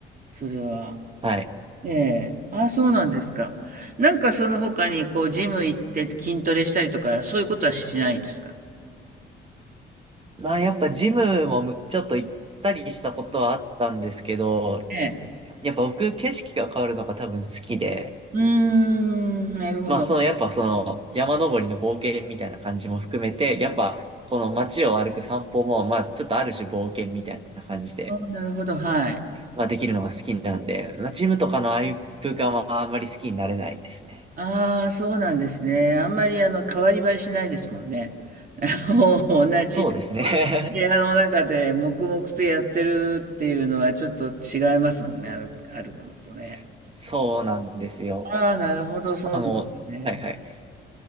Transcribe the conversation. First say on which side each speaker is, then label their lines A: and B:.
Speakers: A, on the right; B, on the right.
A: それは。
B: はい。
A: ええ。ああ、そうなんですか。なんかその他にこうジム行って筋トレしたりとか、そういうことはしないんですか
B: まあ、やっぱジムもむちょっと行ったりしたことはあったんですけど、
A: ええ。
B: やっぱ僕景色が変わるのが多分好きで、
A: うーん、なるほど。
B: まあ、その、やっぱその、山登りの冒険みたいな感じも含めて、やっぱ、この街を歩く散歩も、まあ、ちょっとある種冒険みたいな感じで、
A: ああ、なるほど、はい。
B: まあ、できるのが好きなんで、まあ、ジムとかのああいう空間はあんまり好きになれないですね。
A: ああ、そうなんですね。あんまりあの、変わり映えしないですもんね。<laughs> あの同じ、
B: そうですね。
A: 同じ部屋の中で黙々とやってるっていうのはちょっと違いますもんね、歩く、歩くのとね。
B: <laughs> そうなんですよ。
A: ああ、なるほど、そうなんですね。
B: あの、はいはい。